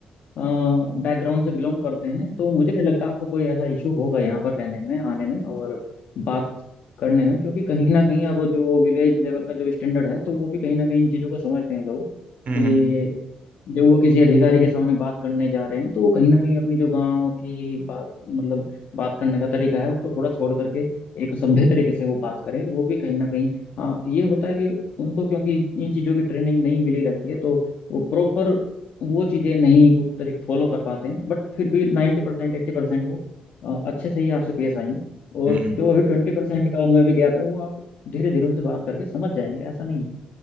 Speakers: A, on the left (about 70°); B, on the right (about 60°).
A: बैकग्राउंड से बिलोंग करते हैं तो मुझे नहीं लगता आपको कोई ऐसा इशू होगा यहाँ पर रहने में आने में और बात करने में क्योंकि कहीं ना कहीं अब जो विलेज लेवल का जो स्टैंडर्ड है तो वो भी कहीं ना कहीं इन चीज़ों को समझते हैं लोग
B: हम्म
A: कि
B: हम्म
A: जब वो किसी अधिकारी के सामने बात करने जा रहे हैं तो वो कहीं ना कहीं अपनी जो गांव की बात मतलब बात करने का तरीका है उसको थोड़ा छोड़ करके एक सभ्य तरीके से वो बात करें वो भी कहीं ना कहीं हाँ ये होता है कि उनको क्योंकि इन चीज़ों की ट्रेनिंग नहीं मिली रहती है तो वो प्रॉपर वो चीज़ें नहीं उस तरीके फॉलो कर पाते हैं बट फिर भी नाइन्टी परसेंट एट्टी परसेंट वो अ, अच्छे से ही आपसे पेश आएंगे और
B: हम्म
A: जो अभी ट्वेंटी परसेंट का उनमें भी गैप है वो आप धीरे धीरे उनसे बात करके समझ जाएंगे ऐसा नहीं है